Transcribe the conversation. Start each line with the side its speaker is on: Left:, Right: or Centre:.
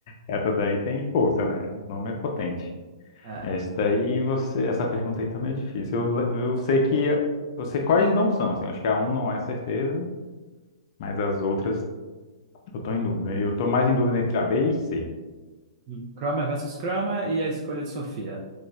Left: Essa daí tem força, né? O nome é potente.
Right: É.
Left: Essa Esse daí você, essa pergunta aí tá meio difícil. Eu, eu sei que eu sei quais não são, assim, acho que a um não é certeza, mas as outras eu tô em dúvida. Eu tô mais em dúvida entre a B e C,
Right: Hum. Kramer versus Kramer e a escolha de Sofia.